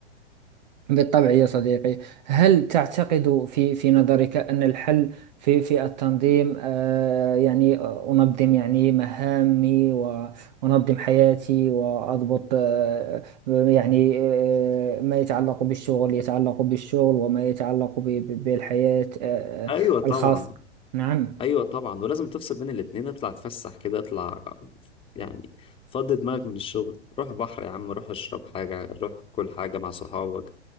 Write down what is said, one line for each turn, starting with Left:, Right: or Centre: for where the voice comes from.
Right: بالطبع يا صديقي هل تعتقد في في نظرك أن الحل في في التنظيم آه يعني آه، أنظم يعني مهامي وأنظم حياتي وأضبط آه يعني آه ما يتعلق بالشغل يتعلق بالشغل وما يتعلق ب- ب- بالحياة آه آه،
Left: ايوه طبعا
Right: الخاصة نعم
Left: ايوه طبعا ولازم تفصل بين الاتنين اطلع اتفسح كده اطلع يعني فضي دماغك من الشغل روح بحر يا عم روح اشرب حاجة روح كل حاجة مع صحابك